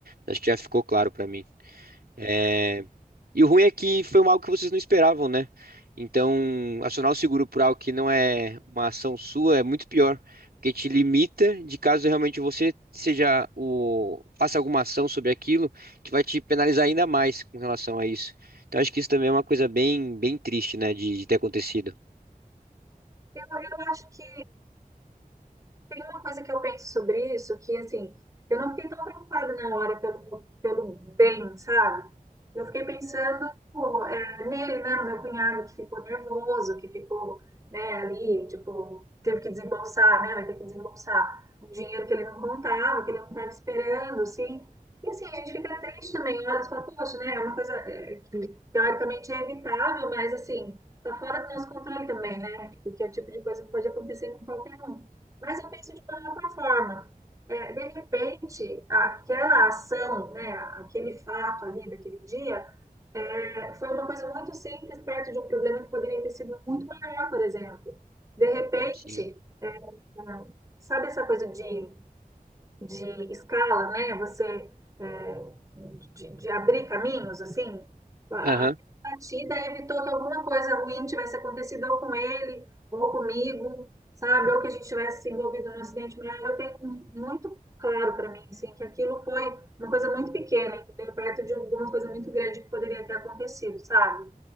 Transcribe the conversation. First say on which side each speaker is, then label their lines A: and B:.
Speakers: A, on the right (about 85°); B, on the right (about 20°).
A: Acho que já ficou claro para mim. É, E o ruim é que foi um algo que vocês não esperavam, né? Então, acionar o seguro por algo que não é uma ação sua é muito pior, porque te limita de caso realmente você seja o faça alguma ação sobre aquilo, que vai te penalizar ainda mais com relação a isso. Então, acho que isso também é uma coisa bem, bem triste, né, de, de ter acontecido.
B: eu, eu acho que Tem uma coisa que eu penso sobre isso, que assim, eu não fiquei tão preocupada na hora pelo, pelo bem, sabe? Eu fiquei pensando, pô, é, nele, né, no meu cunhado que ficou nervoso, que ficou, né, ali, tipo, teve que desembolsar, né, vai ter que desembolsar um dinheiro que ele não contava, que ele não estava esperando, assim. E assim, a gente fica triste também, olha, e fala, poxa, né, é uma coisa, é, teoricamente é evitável, mas assim, tá fora do nosso controle também, né? Porque é o tipo de coisa que pode acontecer com qualquer um. Mas eu penso de uma outra forma. É, de repente, aquela ação, né, aquele fato ali daquele dia, é, foi uma coisa muito simples perto de um problema que poderia ter sido muito maior, por exemplo. De repente,
A: Sim.
B: é, sabe essa coisa de de escala, né? Você é, de, de abrir caminhos, assim, a
A: Aham.
B: a partida evitou que alguma coisa ruim tivesse acontecido ou com ele, ou comigo, sabe? Ou que a gente tivesse se envolvido num acidente maior. Eu tenho um, muito claro para mim, assim, que aquilo foi uma coisa muito pequena, entendeu? Perto de alguma coisa muito grande que poderia ter acontecido, sabe?